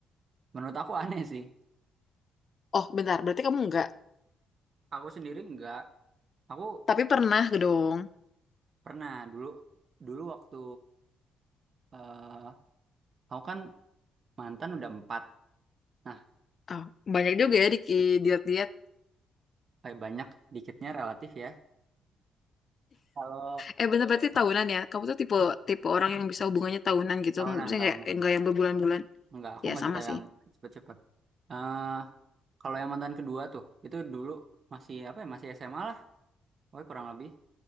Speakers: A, on the right (about 45°); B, on the left (about 45°).
A: menurut aku aneh sih.
B: Oh, bentar. Berarti kamu enggak.
A: Aku sendiri nggak. Aku
B: Tapi pernah dong.
A: pernah dulu dulu waktu eh aku kan Mantan udah empat. Nah,
B: Oh, banyak juga ya di di- diet-diet.
A: kayak banyak dikitnya relatif ya. Kalau
B: Eh, bentar berarti tahunan ya. Kamu tuh tipe tipe orang yang bisa hubungannya tahunan gitu.
A: tahunan,
B: Maksudnya
A: tahunan.
B: enggak enggak yang berbulan-bulan.
A: Enggak, aku
B: Ya,
A: nggak
B: sama
A: suka
B: sih.
A: yang cepet-cepet. eh kalau yang mantan kedua tuh, itu dulu masih apa ya, masih SMA lah. Pokoknya kurang lebih.